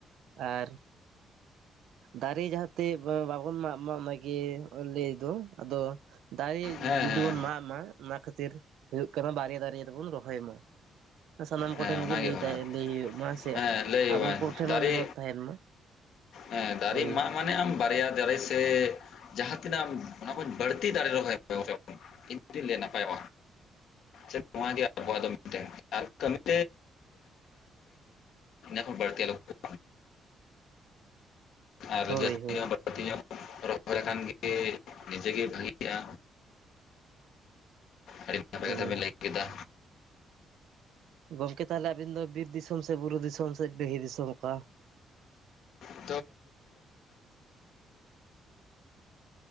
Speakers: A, on the right (about 80°); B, on the left (about 75°).
A: ᱟᱨ ᱫᱟᱨᱮ ᱡᱟᱦᱟᱸᱛᱮ ᱵᱟ ᱵᱟᱵᱚᱱ ᱢᱟᱜ ᱢᱟ ᱢᱟᱜᱮ ᱞᱟᱹᱭ ᱫᱚ ᱟᱫᱚ ᱫᱟᱨᱮ
B: ᱦᱮᱸ
A: ᱡᱩᱫᱤ
B: ᱦᱮᱸ
A: ᱵᱚᱱ ᱢᱟᱜ ᱢᱟ ᱚᱱᱟ ᱠᱷᱟᱹᱛᱤᱨ ᱦᱩᱭᱩᱜ ᱠᱟᱱᱟ ᱵᱟᱨᱭᱟ ᱫᱟᱨᱮ ᱫᱚᱵᱚᱱ ᱨᱚᱦᱚᱭ ᱢᱟ᱾ ᱮᱸ ᱥᱟᱱᱟᱢ
B: ᱦᱮᱸ
A: ᱠᱚᱴᱷᱮᱱ
B: ᱚᱱᱟᱜᱮ
A: ᱜᱮ ᱞᱟᱹᱭ
B: ᱚᱱᱟ
A: ᱛᱟᱦᱮ ᱞᱟᱹᱭ ᱦᱩᱭᱩᱜ ᱢᱟ ᱥᱮ
B: ᱦᱮᱸ ᱞᱟᱹᱭᱟᱹᱧ
A: ᱟᱵᱚ ᱠᱚᱴᱷᱮᱱ
B: ᱫᱟᱨᱮ
A: ᱦᱚᱸ ᱱᱮᱦᱚᱨ ᱛᱟᱦᱮᱱ ᱢᱟ᱾
B: ᱦᱮᱸ ᱫᱟᱨᱤ
A: ᱦᱳᱭ
B: ᱢᱟᱜ ᱢᱟᱱᱮ ᱟᱢ ᱵᱟᱨᱭᱟ ᱫᱟᱨᱮ ᱥᱮ ᱡᱟᱦᱟᱸ ᱛᱤᱱᱟᱹᱜ ᱟᱢ ᱚᱱᱟ ᱠᱷᱚᱱ ᱵᱟᱹᱲᱛᱤ ᱫᱟᱲᱮ ᱨᱚᱦᱚᱭ <inaudible> <unintelligible> ᱱᱟᱯᱟᱭᱚᱜᱼᱟ ᱥᱮ ᱱᱚᱣᱟ ᱜᱮ ᱟᱵᱚᱣᱟᱜ ᱫᱚ <inaudible> <inaudible> ᱤᱱᱟᱹ ᱠᱷᱚᱱ ᱵᱟᱹᱲᱛᱤ ᱟᱞᱚ ᱠᱚ <inaudible> ᱟᱨ <inaudible> <unintelligible>
A: ᱦᱳᱭ ᱦᱳᱭ
B: ᱨᱚᱦᱚᱭ ᱞᱮᱠᱟᱱ ᱜᱮ ᱱᱤᱡᱮ ᱜᱮ ᱵᱷᱟᱹᱜᱤᱼᱟ᱾ ᱟᱹᱰᱤ ᱱᱟᱯᱟᱭ
A: ᱦᱳᱭ
B: ᱠᱟᱛᱷᱟ ᱵᱮᱱ ᱞᱟᱹᱭ ᱠᱮᱫᱟ᱾
A: ᱜᱚᱢᱠᱮ ᱛᱟᱦᱚᱞᱮ ᱟᱵᱤᱱ ᱫᱚ ᱵᱤᱨ ᱫᱤᱥᱚᱢ ᱥᱮ ᱵᱩᱨᱩ ᱫᱤᱥᱚᱢ ᱥᱮ ᱰᱤᱺᱦᱤ ᱫᱤᱥᱚᱢ ᱚᱠᱟ?
B: <inaudible> <inaudible>